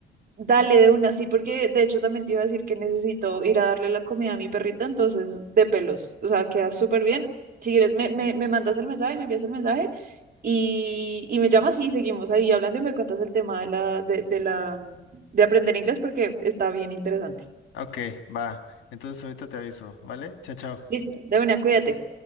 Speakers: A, on the right; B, on the left.
A: Dale de una, sí, porque de hecho también te iba a decir que necesito ir a darle la comida a mi perrita, entonces de pelos. O sea, queda súper bien. Si quieres, me, me, me mandas el mensaje, me envías el mensaje y, y me llamas y seguimos ahí hablando y me cuentas el tema de la, de, de la, de aprender inglés porque está bien interesante.
B: Ok, va. Entonces, ahorita te aviso, ¿vale? Chao, chao.
A: Listo, de una, cuídate.